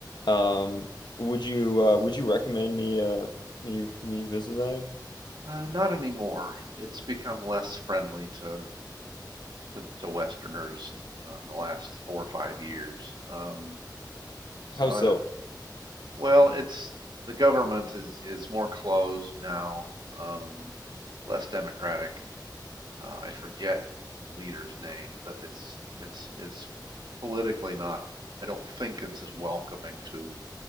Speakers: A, on the left; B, on the right.
A: Um, would you uh, would you recommend me uh, me me visit there?
B: Uh, not anymore. It's become less friendly to to, to Westerners in, uh, in the last four or five years. Um, so
A: How
B: I
A: so?
B: don't, well, it's the government is is more closed now, um, less democratic uh, I forget the leader's name, but it's it's it's politically not. I don't think it's as welcoming to